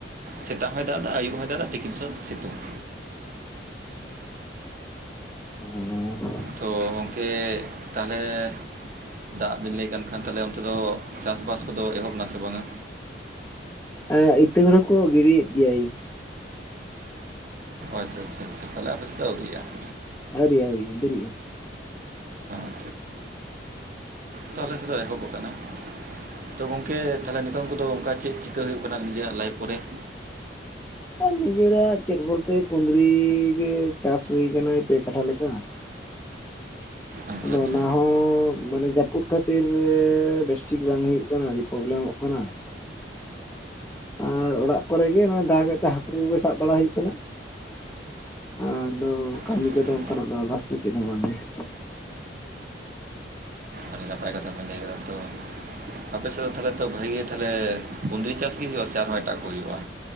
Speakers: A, on the right; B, on the left.
A: ᱥᱮᱛᱟᱜ ᱦᱚᱸᱭ ᱫᱟᱜ ᱮᱫᱟ ᱟᱹᱭᱩᱵ ᱦᱚᱭ ᱫᱟᱜ ᱮᱫᱟ ᱛᱤᱠᱤᱱ ᱥᱮ ᱥᱤᱛᱩᱝ ᱾
B: <unintelligible>
A: ᱛᱳ ᱜᱚᱢᱠᱮ ᱛᱟᱦᱚᱞᱮ ᱾ ᱫᱟᱜ ᱵᱤᱱ ᱞᱟᱹᱭ ᱠᱟᱱ ᱠᱷᱟᱱ ᱛᱟᱦᱞᱮ ᱚᱱᱛᱮ ᱫᱚ ᱪᱟᱥᱵᱟᱥ ᱠᱚᱫᱚ ᱮᱦᱚᱵ ᱱᱟ ᱥᱮ ᱵᱟᱝᱟ?
B: ᱮ ᱤᱛᱟᱹ ᱦᱲᱟᱹ ᱠᱚ ᱜᱤᱲᱤᱭᱮᱫ ᱜᱮᱭᱟᱭ ᱾
A: ᱟᱪᱚᱪᱷᱟ ᱟᱪᱚᱪᱷᱟ ᱟᱪᱷᱟ ᱛᱟᱦᱚᱞᱮ ᱟᱯᱮ ᱥᱮᱫ ᱟᱹᱣᱨᱤᱜᱼᱟ ᱾
B: ᱟᱹᱣᱨᱤ ᱟᱹᱣᱨᱤ ᱫᱮᱨᱤᱼᱟ ᱾
A: ᱟᱪᱚᱪᱷᱟ ᱟᱪᱚᱪᱷᱟ ᱛᱚ ᱟᱞᱮ ᱥᱮᱫ ᱫᱚ ᱮᱦᱚᱵ ᱟᱠᱟᱱᱟ ᱾ ᱛᱚ ᱜᱚᱝᱠᱮ ᱛᱟᱦᱞᱮ ᱱᱤᱛᱚᱝ ᱠᱚᱫᱚ ᱚᱱᱠᱟ ᱪᱮᱫ ᱪᱤᱠᱟᱹ ᱦᱩᱭᱩᱜ ᱠᱟᱱᱟ ᱱᱤᱡᱮᱨᱟᱜ ᱞᱟᱭᱤᱯᱷ ᱠᱚᱨᱮ ᱾
B: ᱦᱮᱸ ᱱᱤᱡᱮᱨᱟᱜ ᱪᱮᱫ ᱵᱚᱞᱛᱮ ᱠᱩᱸᱫᱽᱨᱤ ᱜᱮ ᱪᱟᱥ ᱦᱩᱭ ᱟᱠᱟᱱᱟᱭ ᱯᱮ ᱠᱟᱴᱷᱟ ᱞᱮᱠᱟ ᱾
A: ᱟᱪᱪᱷᱟ
B: ᱟᱫᱚ
A: ᱟᱪᱪᱷᱟ
B: ᱚᱱᱟ ᱦᱚᱸ ᱢᱟᱱᱮ ᱡᱟᱹᱯᱩᱫ ᱠᱷᱟᱹᱛᱤᱨ ᱵᱮᱥᱴᱷᱤᱠ ᱵᱟᱝ ᱦᱩᱭᱩᱜ ᱠᱟᱱᱟ ᱟᱹᱰᱤ ᱯᱨᱚᱵᱞᱮᱢᱚᱜ ᱠᱟᱱᱟ ᱾ ᱟᱨ ᱚᱲᱟᱜ ᱠᱚᱨᱮᱜ ᱜᱮ ᱱᱚᱜ-ᱚᱭ ᱫᱟᱜ ᱮᱫ ᱛᱮ ᱦᱟᱹᱠᱩ ᱠᱚᱜᱮ ᱥᱟᱵ ᱵᱟᱲᱟ ᱦᱩᱭᱩᱜ ᱠᱟᱱᱟ ᱾ ᱟᱫᱚ ᱠᱟᱹᱢᱤ
A: ᱟᱪᱪᱷᱟ
B: ᱠᱚᱫᱚ
A: ᱦᱮᱸ
B: ᱚᱱᱠᱟᱱᱟᱜ ᱫᱚ ᱟᱫᱟᱨᱥ ᱫᱚ ᱪᱮᱫ ᱦᱚᱸ ᱵᱟᱝᱜᱮ ᱾
A: ᱟᱹᱰᱤ ᱱᱟᱯᱟᱭ ᱠᱟᱛᱷᱟ ᱵᱮᱱ ᱞᱟᱹᱭ ᱱᱮᱛᱟᱨ ᱫᱚ ᱟᱯᱮ ᱥᱮᱫ ᱫᱚ ᱛᱟᱦᱚᱞᱮ ᱛᱚ ᱵᱷᱟᱹᱜᱮ ᱛᱟᱦᱚᱞᱮ ᱠᱩᱸᱫᱽᱨᱤ ᱪᱟᱥ ᱜᱮ ᱦᱩᱭᱩᱜ-ᱟ ᱥᱮ ᱟᱨᱦᱚᱸ ᱮᱴᱟᱜ ᱠᱚ ᱦᱩᱭᱩᱜᱼᱟ?